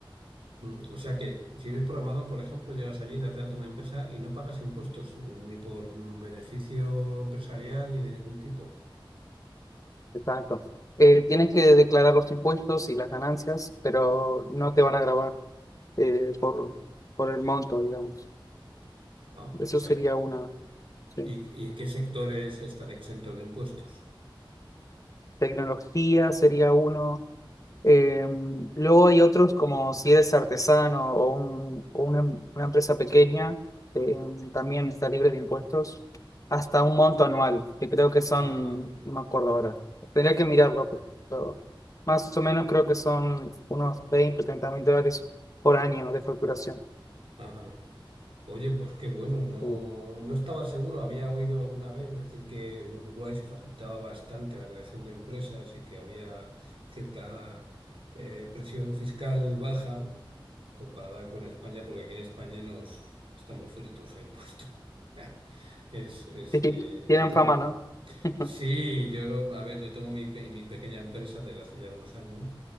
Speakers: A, on the right; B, on the left.
A: Mm, O sea que si eres programador, por ejemplo, llegas allí, das de alta una empresa y no pagas impuestos mm, ni por mm, beneficio empresarial ni de ningún tipo.
B: Exacto. Eh, tienes que declarar los impuestos y las ganancias, pero no te van a grabar. eh, por, por el monto, digamos.
A: Ah,
B: Eso
A: o sea,
B: sería una, ¿sí?
A: ¿y, y en qué sectores están exentos de impuestos?
B: Tecnología sería uno. Eh, luego hay otros como si eres artesano o, un- o una, una empresa pequeña, eh, también está libre de impuestos, hasta un monto anual, que creo que son,
A: Ajá,
B: no me acuerdo ahora, tendría que mirarlo, pero más o menos creo que son unos 20 o 30 mil dólares por año de facturación.
A: ajá. Oye, pues qué bueno, no,
B: Sí.
A: no estaba seguro, había oído alguna vez decir que en Uruguay se facilitaba bastante la creación de empresas y que había cierta eh, presión fiscal baja comparada con España, porque aquí en España nos estamos fritos a impuestos. <laughs> Es, es,
B: Sí,
A: eh,
B: sí. Tienen
A: yo tengo,
B: fama, ¿no? <laughs>
A: sí, yo, a ver, yo tengo mi, pe- mi pequeña empresa desde hace ya unos años